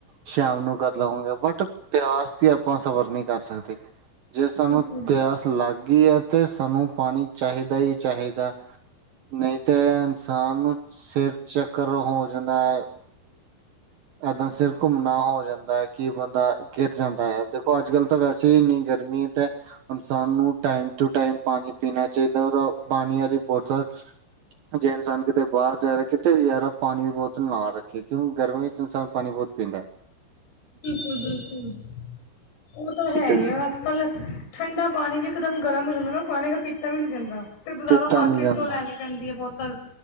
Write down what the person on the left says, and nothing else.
ਬਿਲਕੁਲ,
ਬਿਲਕੁਲ-ਬਿਲਕੁਲ ਓ ਤਾਂ
ਹੈ।
ਚੱਲ ਠੰਡਾ ਪਾਣੀ ਵੀ ਇਕਦਮ ਗਰਮ ਹੋ ਜਾਂਦਾ, ਨਾ ਪਾਣੀ ਫਿਰ ਪੀਤਾ ਵੀ ਨੀ ਜਾਂਦਾ। ਫਿਰ ਬਾਜ਼ਾਰੋਂ
ਮਾਰਕੀਟ
ਤੋਂ ਲੈਣੀ ਪੈਂਦੀ ਐ ਬੋਤਲ।